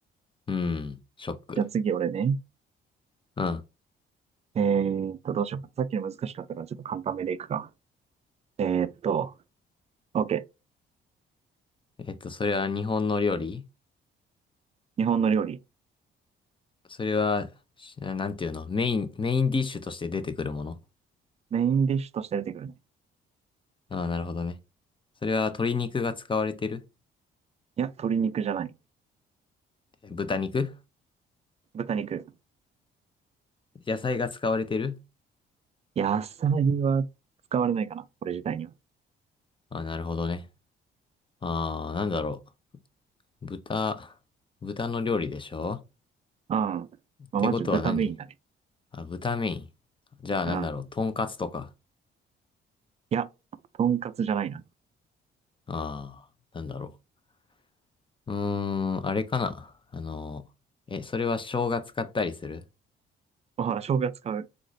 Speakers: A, on the left; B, on the right.
A: うん、ショック。
B: じゃあ次俺ね。
A: うん。
B: えーっと、どうしようか。さっきの難しかったからちょっと簡単めでいくか。えーっと、OK。
A: えっと、それは日本の料理
B: 日本の料理。
A: それは、しなんていうのメイン、メインディッシュとして出てくるもの
B: メインディッシュとして出てくるね。
A: ああ、なるほどね。それは鶏肉が使われてる
B: いや、鶏肉じゃない。
A: 豚肉
B: 豚肉。
A: 野菜が使われてる
B: 野菜は使われないかな、これ自体には。
A: ああ、なるほどね。ああ、なんだろう。豚、豚の料理でしょ
B: うん。まあ、
A: ってことは何
B: ま豚メインだね。
A: あ、豚メイン。じゃあなんだろう。
B: うん。
A: とんかつとか。
B: いや、とんかつじゃないな。
A: ああ、なんだろう。うーん、あれかな。あの、え、それは生姜使ったりする
B: あほら、生姜使う。